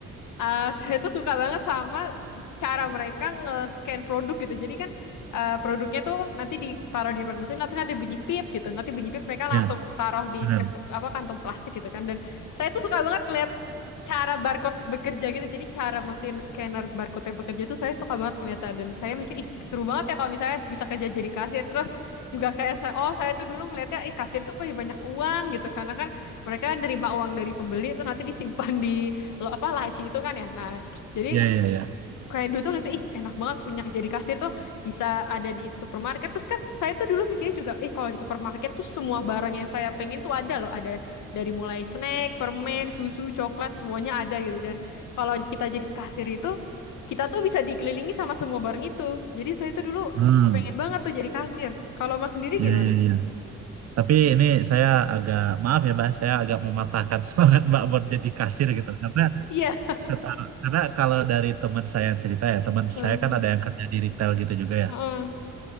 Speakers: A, on the left; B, on the right.
A: eh, <laughs> saya tuh suka banget sama cara mereka nge-scan produk gitu. Jadi kan eh, produknya tuh nanti ditaruh di depan mesin, nanti nanti bunyi pip gitu. Nanti bunyi pip mereka
B: ya
A: langsung taruh di
B: benar,
A: kertu, apa kantung plastik gitu kan. Dan saya tuh suka banget ngeliat cara barcode bekerja gitu. Jadi cara mesin scanner barcode yang bekerja tuh saya suka banget ngeliatnya. Dan saya mikir, ih seru banget ya kalau misalnya bisa kerja jadi kasir. Terus juga kayak saya, oh saya tuh dulu ngeliatnya, ih kasir tuh punya banyak uang gitu. Karena kan mereka nerima uang dari pembeli terus nanti disimpan di lo apa laci itu kan ya. Nah, jadi
B: ya ya ya.
A: kayak dulu tuh lihat ih enak banget punya jadi kasir tuh bisa ada di supermarket. Terus kan saya tuh dulu mikirnya juga, ih kalau di supermarket tuh semua barang yang saya pengen tuh ada loh, ada dari mulai snack, permen, susu, coklat semuanya ada gitu. Dan kalau kita jadi kasir itu kita tuh bisa dikelilingi sama semua barang itu. Jadi saya tuh dulu
B: Hmm,
A: kepengen banget tuh jadi kasir. Kalau Mas sendiri
B: ya
A: gimana?
B: ya ya. ya. Tapi ini saya agak maaf ya Mbak, saya agak mematahkan <laughs> semangat Mbak buat jadi kasir gitu. Karena
A: Iya.
B: seta- karena kalau dari teman saya yang cerita ya, teman
A: Heeh.
B: saya kan ada yang kerja di retail gitu juga ya.
A: Heeh.